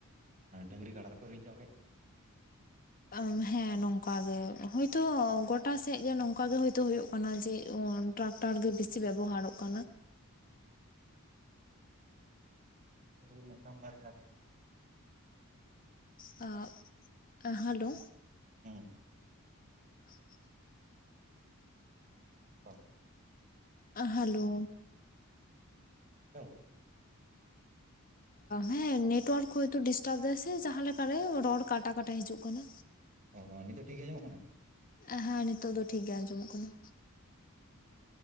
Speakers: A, on the right; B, on the left.
A: ᱟᱹ ᱰᱟᱝᱨᱤ ᱠᱟᱰᱟ ᱫᱚᱠᱚ ᱦᱤᱲᱧ ᱪᱟᱵᱟᱭᱮᱜ
B: ᱟᱹᱡ ᱦᱮᱸ ᱱᱚᱝᱠᱟ ᱜᱮ ᱦᱳᱭᱛᱚ ᱜᱚᱴᱟ ᱥᱮᱜ ᱜᱮ ᱱᱚᱝᱠᱟᱜᱮ ᱦᱳᱭᱛᱳ ᱦᱳᱭᱳᱜ ᱠᱟᱱᱟ ᱡᱮ ᱴᱨᱟᱠᱴᱟᱨ ᱜᱮ ᱵᱮᱥᱤ ᱵᱮᱵᱚᱦᱟᱨᱚᱜ ᱠᱟᱱᱟ᱾
A: ᱟᱫᱩ ᱢᱤᱜᱴᱟᱝ ᱵᱟᱨᱭᱟᱜᱮ ᱢᱮᱱᱟᱜ
B: ᱟᱻ ᱦᱮᱞᱳ᱾
A: ᱦᱩᱸ᱾
B: <unintelligible>
A: ᱦᱚᱸ᱾
B: ᱟ ᱦᱟᱞᱳ᱾
A: ᱦᱮᱸ ᱦᱮᱞᱳ᱾
B: ᱦᱮᱸ ᱱᱮᱴᱣᱟᱨᱠ ᱦᱳᱭᱛᱳ ᱰᱤᱥᱴᱟᱵ ᱮᱫᱟ ᱥᱮ ᱡᱟᱦᱟᱸᱞᱮᱠᱟ ᱨᱮ ᱨᱚᱲ ᱠᱟᱴᱟ ᱠᱟᱴᱟ ᱦᱤᱡᱩᱜ ᱠᱟᱱᱟ᱾
A: ᱚ ᱚ ᱱᱤᱛᱚᱜ ᱴᱷᱤᱠ ᱜᱮ ᱟᱸᱡᱚᱢᱚᱜ ᱠᱟᱱᱟ?
B: ᱟ ᱦᱟ ᱱᱤᱛᱚᱜ ᱫᱚ ᱴᱷᱤᱠ ᱜᱮ ᱟᱸᱡᱚᱢᱚᱜ ᱠᱟᱱᱟ᱾